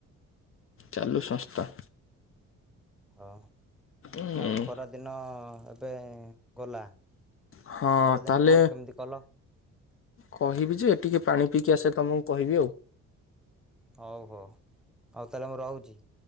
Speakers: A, on the left; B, in the centre.
A: ଚାଲୁ ସଂସ୍ଥା।
B: ହଁ
A: ହୁଁ।
B: ଆଉ ଖରା ଦିନ ଏବେ ଗଲା।
A: ହଁ
B: ପରଦିନେ
A: ତାହେଲେ
B: କଣ କେମିତି କଲ?
A: କହିବି ଯେ ଟିକେ ପାଣି ପିଇକି ଆସେ ତମକୁ କହିବି ଆଉ।
B: ହଉ ତାହେଲେ ମୁଁ ରହୁଛି